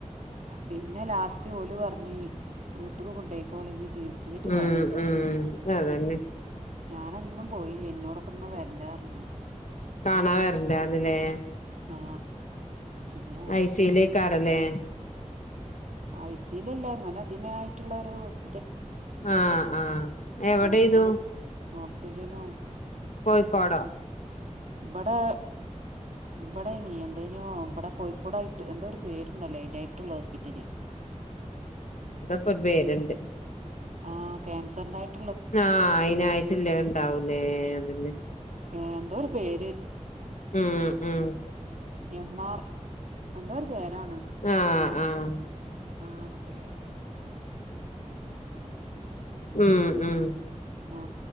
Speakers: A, on the right (about 70°); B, on the left (about 70°).
A: പിന്നെ ലാസ്റ്റ് ഓല പറഞ്ഞഞ് വീട്ടക്ക് കൊണ്ടയിക്കോളി ചികിൽസിച്ചിട്കാര്യമില്ല
B: ഉം ഉം അതന്നെ
A: ഞാനൊന്നും പോയില്ലേ എന്നോട്. ഒന്നും വരണ്ട എന്ന് പറഞ്ഞു.
B: കാണാൻ വരണ്ടാന്ന് ല്ലേ.
A: ആ പിന്നെ
B: ഐ സിയിലേക്കാരല്ലേ
A: ഐ സി ലല്ല അങ്ങനെ ഇതിനായിട്ടുള്ള ഒരു ഹോസ്..
B: ആ ആ എവിടെന്നു.
A: മോക്കൂല് ഓക്സിജനും
B: കോയികോടോ.
A: ബടാ ഇവിടെ ഇനി എന്തേനോ ഇവിടെ കോഴിക്കോട ആയിട്ട് എന്താ ഒരു പേരുണ്ടല്ലേ. നായിട്ടുള്ള ഹോസ്പിറ്റല്.
B: പ്പ പേരുണ്ട്
A: ആ ക്യാൻസറിനായിട്ട്
B: ആ അയിന ആയിട്ടില്ലേ ഉണ്ടാവൂലേ അതന്നെ.
A: കേ എന്തോ ഒരു പേര്
B: ഉം ഉം
A: എം ആർ എന്ത പേരാണ്
B: ആഹ്
A: ക്യാൻസ്
B: ആഹ്
A: ആക്കെ
B: ഉ ഉ ഉ
A: ആ